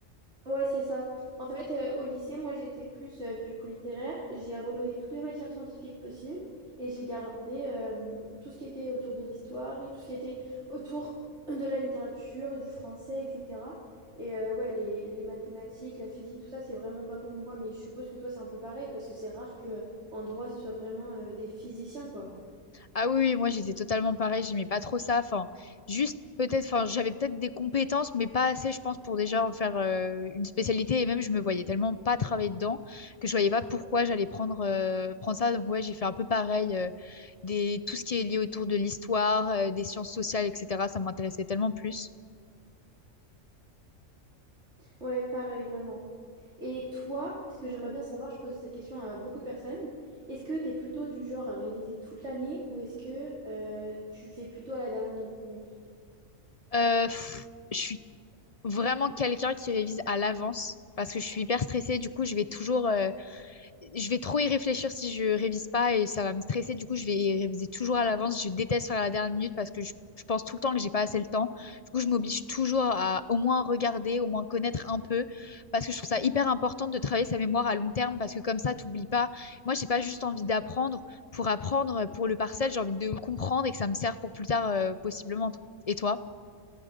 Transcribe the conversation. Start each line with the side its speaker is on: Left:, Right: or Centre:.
Right: Ouais, c'est ça. En fait, euh, au lycée, moi, j'étais plus euh, du coup littéraire. J'ai abandonné toutes les matières scientifiques possibles et j'ai gardé euh, tout ce qui était autour de l'histoire et tout ce qui était autour de la littérature, du français, etc. Et euh, ouais, les, les mathématiques, la physique, tout ça, c'est vraiment pas pour moi. Mais je suppose que toi, c'est un peu pareil parce que c'est rare que en droit, ce soit vraiment euh, des physiciens, quoi.
Left: Ah oui, oui, moi j'étais totalement pareil, j'aimais pas trop ça. Enfin, juste peut-être, enfin, j'avais peut-être des compétences, mais pas assez, je pense, pour déjà en faire euh, une spécialité. Et même, je me voyais tellement pas travailler dedans que je voyais pas pourquoi j'allais prendre, euh, prendre ça. Donc, ouais, j'ai fait un peu pareil. euh, des, tout ce qui est lié autour de l'histoire, euh, des sciences sociales, etc., ça m'intéressait tellement plus.
Right: Ouais, pareil, vraiment. Et toi, parce que j'aimerais bien savoir, je pose cette question à beaucoup de personnes, est-ce que tu es plutôt du genre à réviser toute l'année ou est-ce que euh, tu fais plutôt à la dernière minute?
Left: Euh, pff, je suis vraiment quelqu'un qui révise à l'avance parce que je suis hyper stressée. Du coup, je vais toujours. euh, je vais trop y réfléchir si je révise pas et ça va me stresser. Du coup, je vais y réviser toujours à l'avance. Je déteste faire à la dernière minute parce que je, je pense tout le temps que j'ai pas assez le temps. Du coup, je m'oblige toujours à au moins regarder, au moins connaître un peu parce que je trouve ça hyper important de travailler sa mémoire à long terme parce que comme ça, t'oublies pas. Moi, j'ai pas juste envie d'apprendre pour apprendre pour le parcel. J'ai envie de le comprendre et que ça me serve pour plus tard, euh, possiblement. Et toi?